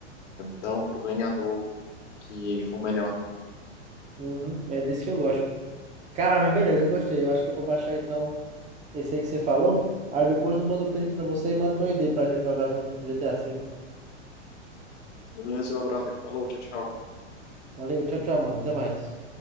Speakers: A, on the left (about 70°); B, on the right (about 20°).
A: dão pro ganhador que for melhor, né?
B: Uhum. É disso que eu gosto. Cara, mas beleza, eu gostei. Eu acho que eu vou baixar então esse aí que você falou. Aí depois eu mando o print pra você e mando meu ID pra gente jogar junto com GTA V.
A: Beleza, meu brother. Falou, tchau, tchau.
B: Valeu, tchau, tchau, mano. Até mais.